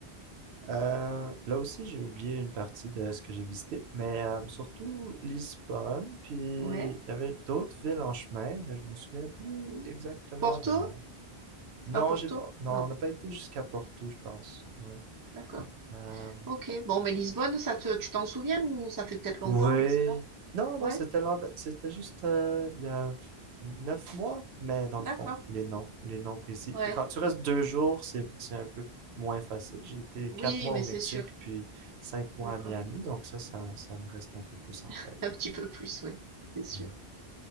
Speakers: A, on the right (about 80°); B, on the right (about 25°).
A: Euh, là aussi, j'ai oublié une partie de ce que j'ai visité, mais euh, surtout Lisbonne, puis
B: Ouais.
A: il y avait d'autres villes en chemin, mais je me souviens plus
B: Mmh.
A: exactement
B: Porto?
A: des noms.
B: C'est
A: Non,
B: pas Porto?
A: j'ai pas, non,
B: Non.
A: on n'a pas été jusqu'à Porto, je pense. Ouais.
B: D'accord.
A: Euh,
B: OK. Bon, mais Lisbonne, ça te tu t'en souviens ou ça fait peut-être longtemps,
A: Oui.
B: je sais pas.
A: Non,
B: Ouais?
A: non, c'était l'an... c'était juste euh, il y a neuf mois, mais dans le fond,
B: D'accord.
A: les noms, les noms précis.
B: Ouais.
A: Et Quand tu restes deux jours, c'est c'est un peu moins facile. J'ai été quatre
B: Oui,
A: mois
B: mais
A: au Mexique,
B: c'est sûr.
A: puis cinq mois
B: D'accord.
A: à Miami, donc ça, ça, ça me reste un peu plus en
B: <laughs>
A: tête.
B: Un petit peu plus, oui. C'est sûr.
A: Oui.